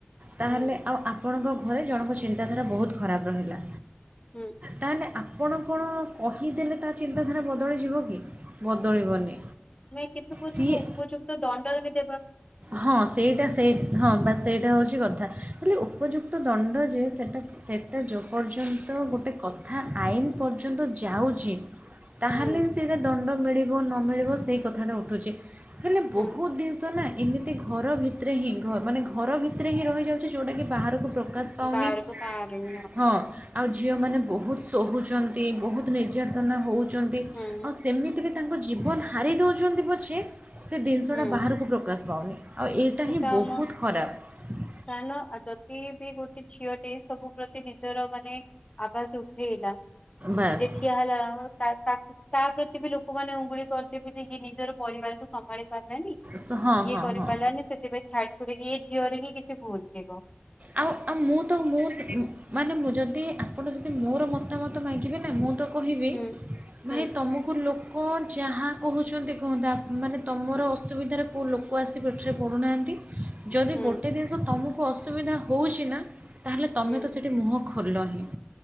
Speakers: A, on the right; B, on the left.
A: ତାହେଲେ
B: ହୁଁ
A: ଆଉ ଆ ଆପଣଙ୍କ ଘରେ ଜଣଙ୍କ ଚିନ୍ତାଧାରା ବହୁତ ଖରାପ ରହିଲା
B: ହୁଁ
A: ତାହଲେ ଆ କଣ କଣ କହିଦେଲେ ତା ଚିନ୍ତାଧାରା ବଦଳିଯିବ କି? ବଦଳିବନି।
B: ଏ କିନ୍ତୁ କହୁଚୁ
A: ସିଏ
B: ମୁ ଉପଯୁକ୍ତ ଦଣ୍ଡ ଯଦି ଦେ
A: ହଁ, ସେଇଟା ସେ ହଁ ବା ସେଇଟା ହେଉଚି କଥା, ହେଲେ ଉପଯୁକ୍ତ ଦଣ୍ଡ ଯେ ସେଟା ସେଟ୍ ଏଟା ଯେ ପର୍ଯ୍ୟନ୍ତ ଗୋଟେ କଥା ଆଇନ ପର୍ଯ୍ୟନ୍ତ ଯାଉଛି ତାହଲେ
B: ହୁଁ
A: ସେଇଟା ଦଣ୍ଡ ମିଳିବ ନ ମିଳିବ ସେଇ କଥାଟା ଉଠୁଚି। ହେଲେ
B: ହୁଁ
A: ବହୁତ ଦିନ୍ ତ ନା ଏମିତି ଘର ଭିତ୍ରେ ହିଁ ଘ ମାନେ ଘର ଭିତ୍ରେ ହିଁ ରହିଯାଉଚି ଯଉଟା କି ବାହାରକୁ ପ୍ରକାଶ ପାଉନି।
B: ବାହାରକୁ ବାହାରୁନି ଆଉ
A: ହଁ। ଆଉ ଝିଅମାନେ ବହୁତ ଶୋହୁଚନ୍ତି, ବହୁତ ନିର୍ଯାତନା ହଉ ଚନ୍ତି,
B: ହୁଁ
A: ଆଉ ସେମିତି ରେ ତାଙ୍କ ଜୀବନ ହାରି ଦେଉଚନ୍ତି ପଛେ ସେ ଜିନିଷଟା
B: ହୁଁ
A: ବାହାରୁ କାସ୍ ପାଉନି। ଆଉ ଏଇଟା
B: କିନ୍ତୁ
A: ହିଁ ବହୁତ
B: ଆମ
A: ଖରାପ।
B: ଆ ନ, ଆଉ ଯଦି ବି ଗୋଟେ ଝିଅଟେ ସବୁ ପ୍ରତି ନିଜର ମାନେ ଆବାସ ଉଠେଇଲା! ନେ
A: ବାସ୍
B: ନିଜେ ଠିଆ ହେଲା, ତା ତା-ତା ପ୍ରତି ବି ଲ ଲୋକମାନେ ଉଙ୍ଗୁଳି କରିଦେବି ଯେ ୟେ ନିଜର ପରିବାରକୁ ସମ୍ଭାଳିପାର ନା ନାଇ,
A: ସ- ହଁ
B: ଇଏ
A: ହଁ
B: କରି
A: ହଁ
B: ପାରିଲାନି ସେଥିପାଇଁ ଛାଡି ଛୁଡ଼ିକି ଇଏ ଝିଅର ହିଁ କି ସେ ପହୁଚି ଯିବ।
A: ଆଉ ଆଉ ମୁଁ ତ ମୁଁ <unintelligible> ମାନେ ମୁଁ ଯଦି ଆପଣ ଯ ଦି ମୋର ମତାମତ ମାଗିବେ ନା ମୁଁ ତ କହିବି
B: ହୁଁ ହୁଁ
A: ଭାଇ ତମକୁ ଲୋ କ କଣ ଯାହା କହୁଚନ୍ତି କୁହତ, ଆ ମାନେ ତମର ଅସୁବିଧାରେ କଉ ଲୋକ ଆସି ପିଠିରେ ପଡୁନାହାନ୍ତି। ଯଦି
B: ହୁଁ
A: ଗୋଟେ ଜିନିଷ ତମକ ଅସୁବିଧା ହଉଚିନା, ତାହେଲେ ତମେ
B: ହୁଁ
A: ତ ସେଠି ମୁହଁ ଖୋଲ ହଁ